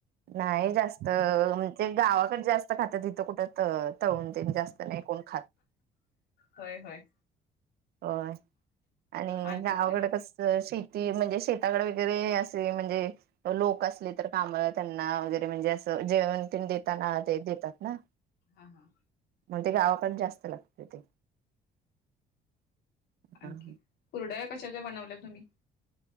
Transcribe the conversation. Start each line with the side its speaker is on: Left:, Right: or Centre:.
Right: नाही जास्त म्हणजे गावाकडे जास्त खातात तथं कुठं तळून ते जास्त नाही कोण खात.
Left: होय होय.
Right: होय आणि
Left: आणखी
Right: गावाकडे
Left: काय
Right: कस शेती. ती म्हणजे शेताकडे वगैरे असे म्हणजे लोक असले तर काम त्यांना वगैरे म्हणजे अस. जेवण तिन दताना ते देतात ना
Left: हां हां.
Right: मग ते गावाकडडे जास्त लागते ते
Left: आणखी
Right: हा हा.
Left: कुरड्याय कशाच्या बनवल्या तुम्ही?